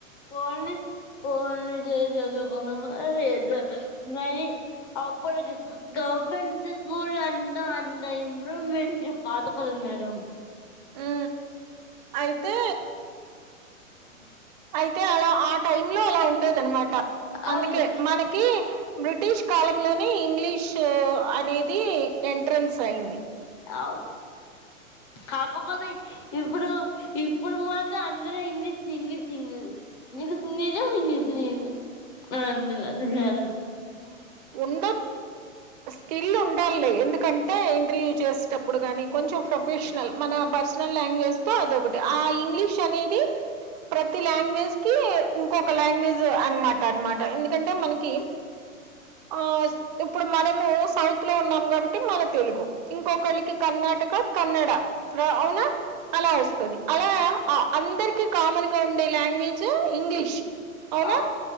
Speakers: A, on the left (about 20°); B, on the right (about 30°).
A: ఫోన్లీ ఫోన్లీ చదువుకున్నామా లేదా మరి అప్పుడు గవర్నమెంట్ స్కూల్ అంతా అంతా ఇంప్రూవ్మెంట్ కాదు కదా మేడం.
B: ఉ అయితే అయితే అయి అలా ఆ టై లో అలా ఉండేదనమాట. అందుకే
A: అవును
B: మనకి బ్రిటిష్ కాలంలోనే ఇంగ్లీష్ అనేది ఎంట్రన్స్ అయింది.
A: అవును కాకపోతే ఇప్పుడు ఇప్పుడు మాత్రం అందరూ ఇంగ్లీష్ ఇంగ్లీష్ ఇంగ్లీష్ మీరు లేద ఇంగ్లీష్ లేద అ అ సర
B: ఉండ స్కిల్ ఉండాలి ఎందుకంటే ఇంటర్వ్యూ చేసేటప్పుడు కానీ కొంచెం ప్రొఫెషనల్, మన పర్సనల్ లాంగ్వేజ్ తో అదొకటి ఆ ఇంగ్లీష్ సమీది ప్రతి లాంగ్వేజ్ కి ఇంకొక లాంగ్వేజ్ అన్నమాట పనమాట ఎన్ని ఎందుకంటే మనకి ఆ ఇప్పుడు మనము సౌత్ లో ఉన్నాం కాబట్టి మన తెలుగు ఇంకొకళ్ళకి కర్ణాటక కన్నడ అవునా అలా వస్తది అలా అందరికి కామన్ గా ఉండే లాంగ్వేజ్ ఇంగ్లీష్ అవునా
A: అవు